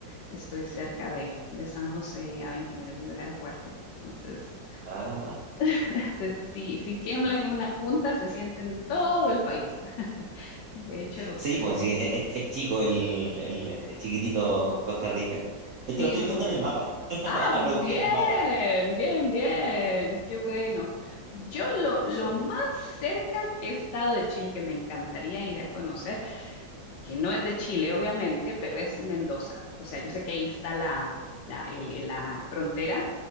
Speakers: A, on the left; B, on the right.
A: Estoy cerca de, de San José, a 20 minutos del aeropuerto. Entonces,
B: Ah,
A: <laughs> se- si, si tiembla
B: perfecto.
A: en una punta, se siente en todo el país. <laughs> De hecho,
B: Sí, pues sí,
A: sí,
B: es, es- es chico el, el, es chiquitito Costa Rica.
A: sí.
B: Esto lo estoy
A: mu-
B: viendo en el mapa. <laughs>
A: Ah,
B: Ahora lo
A: bien,
B: busqué en el mapa.
A: bien, bien. Qué bueno. Yo lo, lo
B: Sí.
A: más cerca que he estado de Chile, que me encantaría ir a conocer, que no es de Chile, obviamente, pero es Mendoza. O sea, yo sé que ahí está la, la, el- la frontera